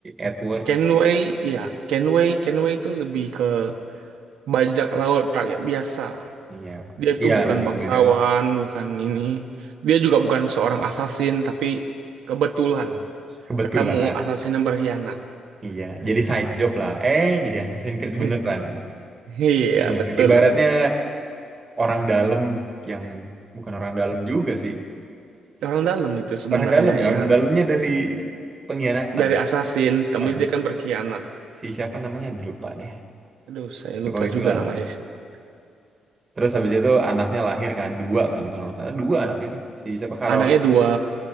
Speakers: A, on the right; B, on the right.
A: Edward
B: Kenway, ya, Kenway, Kenway itu lebih ke bajak laut rakyat biasa.
A: iya
B: Dia itu
A: iya
B: bukan
A: lebih
B: bangsawan,
A: ke bajak laut.
B: bukan ini. Dia juga bukan seorang assassin, tapi kebetulan
A: kebetulan
B: ketemu assassin yang berkhianat.
A: iya jadi side job lah eh jadi Assassin's Creed
B: <laughs>
A: beneran
B: Iya,
A: Iya.
B: betul.
A: Ibaratnya orang dalam yang bukan orang dalam juga sih.
B: Orang dalam itu sebenarnya
A: Orang dalam ya, orang
B: yang
A: dalamnya dari pengkhianatan.
B: dari assassin, tapi
A: Eh,
B: dia
A: eh.
B: kan berkhianat.
A: Si siapa namanya Aduh, lupa deh.
B: Aduh, saya
A: Lupa
B: lupa
A: itulah
B: juga namanya
A: mungkin.
B: siapa.
A: Terus habis itu anaknya lahir kan dua kan kalau nggak salah dua anaknya kan. Si siapa Caroline,
B: Anaknya dua,